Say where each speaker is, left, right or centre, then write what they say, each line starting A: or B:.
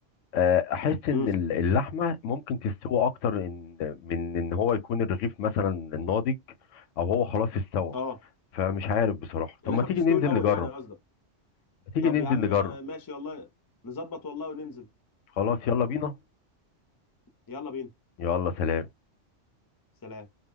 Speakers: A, on the left; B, on the left.
A: آه، احس ان
B: امم
A: ال- اللحمه ممكن تستوى اكتر إن من ان هو يكون الرغيف مثلا ناضج او هو خلاص استوى
B: اه
A: فمش عارف بصراحه طب
B: اللحمة
A: ما تيجي
B: بتستوي
A: ننزل
B: الاول
A: نجرب
B: يعني قصدك
A: ما تيجي
B: طب
A: ننزل
B: يا عم
A: نجرب
B: آه، ماشي والله نظبط والله وننزل
A: خلاص يلا بينا
B: يلا بينا
A: يلا سلام
B: سلام